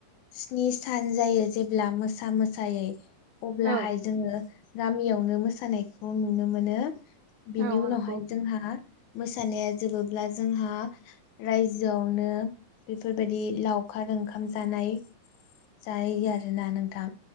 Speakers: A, on the left (about 75°); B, on the right (about 80°).
A: स्नि सान जायो जेब्ला मोसा मो सायै अब्लाहाय
B: औ औ
A: जोङो गामियावनो मोसानायखौ नुनो मोनो।
B: नंगौ
A: बिनि उनावहाय जोंहा मोसानाया जोबोब्ला जोंहा रायजोआवनो बेफोरबादि लाव खार ओंखाम जानाय जायो आरोना नोंथां।